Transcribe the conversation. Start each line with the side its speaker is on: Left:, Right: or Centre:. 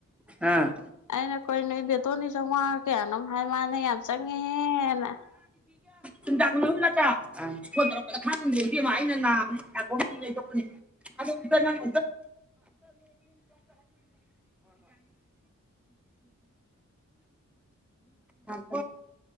Centre: ꯑꯥ
Left: ꯑꯩꯅ ꯀꯩꯅꯣ ꯏꯕꯦꯇꯣꯟꯗꯤ ꯆꯥꯝꯃꯉꯥꯒ ꯀꯌꯥꯅꯣ ꯍꯥꯏ ꯃꯥꯅ ꯌꯥꯝ ꯆꯪꯉꯦꯍꯦꯅ
Centre: ꯁꯨꯝꯇꯥꯛ ꯃꯨꯝ ꯅꯠꯇ ꯁꯣꯟꯔꯛꯄꯗ ꯈꯥꯍꯟꯗꯦꯃ ꯑꯩꯅ ꯅꯥꯕꯇꯣꯛꯄꯅꯦ ꯑꯗꯨꯗ ꯎ ꯅꯪ ꯎ <unintelligible>